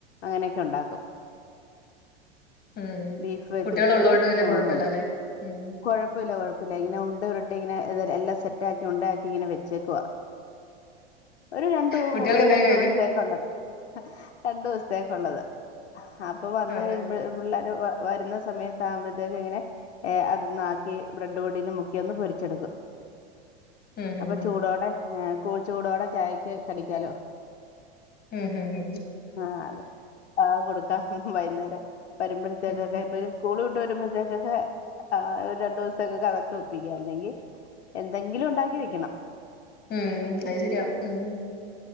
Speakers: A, on the left; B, on the left.
A: അങ്ങനെയൊക്കെ ഉണ്ടാക്കും.
B: ഉം
A: ബീഫ് വെച്ചിട്ടുള്ള
B: കുട്ടികൾ ഉള്ളതുകൊണ്ട് പിന്നെ
A: അങ്ങനെയണ്ട്
B: കുഴപ്പമില്ലല്ലേ ഉം
A: കൊഴപ്പില്ല കൊഴപ്പ. <unintelligible> ഇങ്ങനെ ഉണ്ട ഉരട്ടി ഇങ്ങനെ ഇത് എല്ലാം സെറ്റാക്കി ഉണ്ടാക്കി ഇങ്ങനെ വെച്ചേക്കുവാ ഒരു രണ്ടു
B: കുട്ടികൾക്ക്
A: മൂ
B: എന്തേലും
A: രണ്ടു
B: കഴിക്കാം
A: ദിവസത്തേക്കുള്ളത്. രണ്ടു ദിവസത്തേക്കുള്ളത്. അപ്പൊ വന്ന്
B: അതെ
A: കഴിയുമ്പോ പിള്ളേർ വരുന്ന സമയത്ത ആകുമ്പോഴത്തേക്ക ഇങ്ങനെ ഏ അന്നാക്കി ബ്രെഡ് പൊടിൽ മുക്കിയൊന്ന് പൊരിച്ചെടുക്കും.
B: ഉം ഉം
A: അപ്പൊ
B: ഉം
A: ചൂടോടെ ചൂടോടെ ചായക്ക് കടിക്കാലോ.
B: ഹം ഹം
A: ആഹ അതെ ആഹ കൊടുക്കാം വൈകുന്നേരം വരുമ്പോഴത്തേക്കൊക്കെ
B: ഉം
A: ഇതൊരു സ്കൂൾ. വരുമ്പ തേ കൊകെ. ആ ഒരു രണ്ടു ദിവസത്തേ കൊക്കെ <unintelligible> അല്ലെങ്കിൽ എന്തെങ്കിലും ഉണ്ടാക്കി വെക്കണം.
B: ഉം അയ് ശര്യാ ഉം